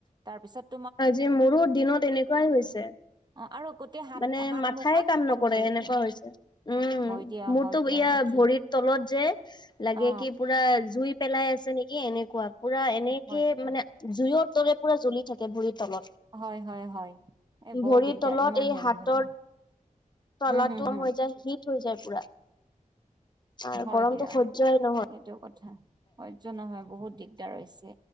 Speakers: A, on the right (about 30°); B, on the left (about 30°).
A: তাৰপিছত
B: আজি মোৰো দিনত এনেকুৱাই হৈছে।
A: অ আৰু গোটেই হাত
B: মানে
A: হাত
B: মাথাই
A: মুখত
B: কাম
A: পানী
B: নকৰে
A: ঢালি
B: এনেকুৱা
A: দিওঁ
B: হৈছে উম
A: হয় দিয়া
B: মোৰতো
A: হয় দিয়া
B: ইয়াত
A: মানে কি
B: ভৰিত তলত যে লাগে
A: অ
B: কি পুৰা জুই পেলাই আছে নেকি এনেকুৱা পুৰা এনেকে
A: হয় দিয়া
B: মানে জুইৰ দৰে পুৰা জ্বলি থাকে ভৰিত। তলত
A: হয় হয় হয় এ বৰ
B: ভৰিৰ
A: দিগদাৰ
B: তলত
A: ইমান
B: এই
A: হেৰি
B: হাতৰ
A: হলে
B: তলা
A: হম হম
B: টো গৰম
A: হম
B: হৈ যায় হীট হৈ যায় পুৰা। আৰু
A: হয়
B: গৰমটো
A: দিয়া
B: সহ্যই নহয়
A: এইটো কথা সহ্য নহয় বহুত দিগদাৰ হৈছে